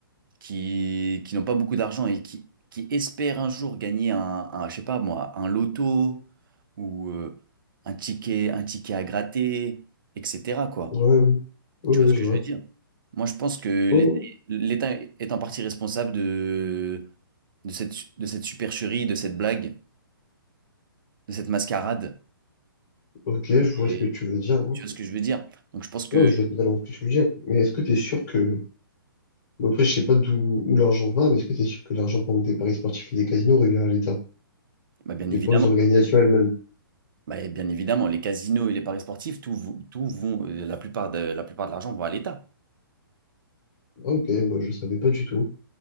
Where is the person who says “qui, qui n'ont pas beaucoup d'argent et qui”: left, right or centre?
Right